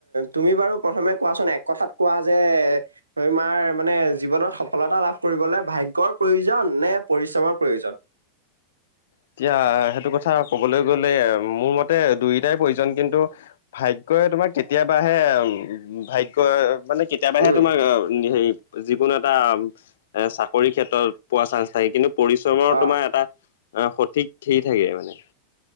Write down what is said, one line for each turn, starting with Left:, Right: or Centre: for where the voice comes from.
Right: তুমি বাৰু প্ৰথমে কোৱাচোন এক কথাত কোৱা যে তইমাৰ মানে জীৱনত সফলতা লাভ কৰিবলৈ ভাগ্যৰ প্ৰয়োজন নে পৰিশ্ৰমৰ প্ৰয়োজন?
Left: এতিয়া সেইটো কথা কবলৈ গ'লে মোৰ মতে দুয়োটাই প্ৰয়োজন কিন্তু ভাগ্যই তোমাক কেতিয়াবাহে উ ভাগ্যই মানে কে তেতিয়াৰ বাহে
Right: উম
Left: তোমাৰ আ উম হেৰি যিকোনো এটা আম এ চাকৰিৰ ক্ষেত্ৰত পোৱা চানস থাকে কিন্তু পৰিশ্ৰমৰ
Right: অ
Left: তোমাৰ এটা আ সঠিক হেৰি থাকে মানে।